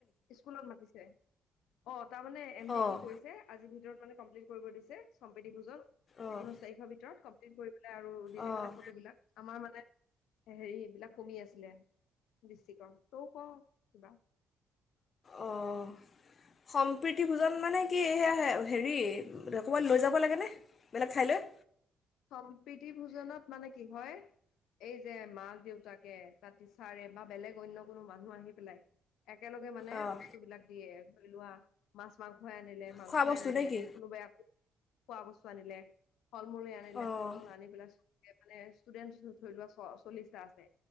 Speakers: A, on the left; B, on the left.
A: স্কুলত মাতিছে অ, তাৰ মানে এম ড
B: অ'
A: এ কি কৰিছে আজিৰ ভিতৰত মানে কমপ্লিট কৰিব দিছে সম্পিডি ভোজন
B: অ'
A: ঊনৈশ তাৰিখৰ ভিতৰত ক কৰি আৰু দিলে
B: অ'
A: মানে ফটো বিলাক আমাৰ মানে হেৰি এইবিলাক কমি আছিলে দৃষ্টিকৰ সৰু সৰু কিবা
B: অঁ সম্প্ৰীতি ভোজন মানে কি সেয়া হেৰি অকবমান লৈ যাব লাগেনে বেলেগ ঠাইলৈ
A: সম্প্ৰীতি ভোজনত মানে কি হয় এই যে মাক দেউতাকে বা তিচাৰে বা বেলেগ অনন্য কোনো মানুহ আহি পেলাই একেলগে মানে
B: অ'
A: বস্তু বিলাক দিয়ে লোৱা মাছ মাছ মাংই আনিলে মাংসই
B: খোৱা বস্তু
A: আনিলে
B: নে কি?
A: কোনোবাইো খোৱা বস্তু আনিলে ফল মূল আনে
B: অ'
A: ফল মল আনি পেলাই চ <unintelligible> মানে ষ্টুডেন্ট থৰি লোৱা চ চল্লিশটা আছে